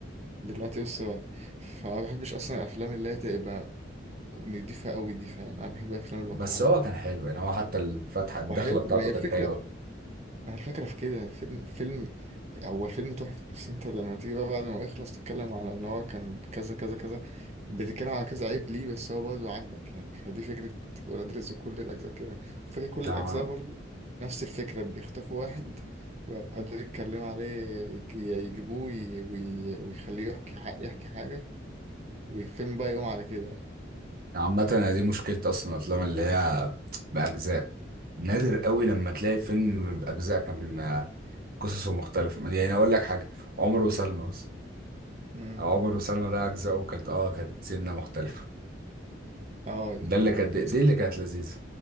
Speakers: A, on the right; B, on the right.
A: دلوقتي بس بقى. فما بحبش اصلا الافلام اللي هي تبقى نضيفه قوي دي فاهم انا بحب الافلام الواقعيه
B: بس هو كان حلو يعني هو حتى الفتحة الدخلة
A: وحلو
B: بتاعته
A: ما هي الفكره
B: كانت حلوة
A: هي الفكرة في كده الفيلم فيلم هو الفيلم تحفة بس انت لما تيجي بقى بعد ما يخلص تتكلم على ان هو كان كذا كذا كذا بتتكلم على كذا عيب ليه بس هو برضه عاجبك يعني فدي فكرة ولاد رزق كل الأجزاء كده فكرة كل
B: نعم-
A: الأجزاء برضه نفس الفكرة بيخطفوا واحد ويقعدوا يتكلموا عليه يك- يجيبوه وي- وي- ويخليه يحكي ح- يحكي حاجة والفيلم بقى يقوم على كده بقى
B: عامة أنا دي مشكلة اصلا الافلام اللي هي باجزاء نادر قوي لما تلاقي فيلم باجزاء كان قصصه مختلفة يعني اقول لك حاجة عمر وسلمى بس
A: مم.
B: او عمر وسلمى ده اجزاؤه كانت اه كانت سنة مختلفة
A: اه دي
B: ده
A: حلوة
B: اللي كانت دي اللي كانت لذيذة